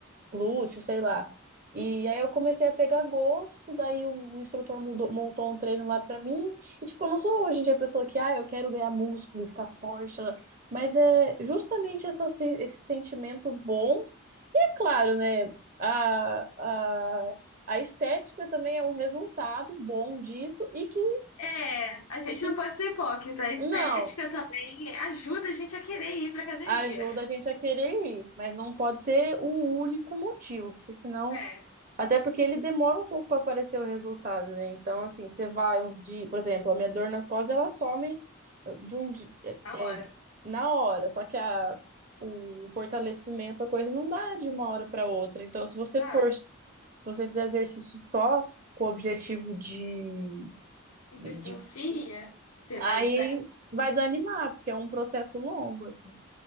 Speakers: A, on the right (about 35°); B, on the left (about 80°).
A: glúteo, sei lá. E aí eu comecei a pegar gosto, daí o o instrutor mudou- montou um treino lá pra mim. E tipo, eu não sou hoje em dia a pessoa que, ah, eu quero ganhar músculo, ficar forte, né? mas é justamente essa, se- esse sentimento bom. E é claro, né, a, a- a estética também é um resultado bom disso e que
B: É, a gente
A: que
B: não pode ser hipócrita. A estética
A: não
B: também ajuda a gente a querer ir pra academia.
A: ajuda a gente a querer ir, mas não pode ser o único motivo, porque senão,
B: É,
A: até porque ele demora um pouco para aparecer o resultado, né? Então, assim, você vai um dia, por exemplo, a minha dor nas costas, ela some de um dia,
B: na
A: é,
B: hora.
A: é, na hora, só que a o fortalecimento, a coisa não dá de uma hora para outra. Então, se você
B: Vai.
A: for, se você fizer exercício só com o objetivo de,
B: Hipertrofia,
A: de,
B: você
A: aí
B: vai desanimar.
A: vai desanimar, porque é um processo longo, assim.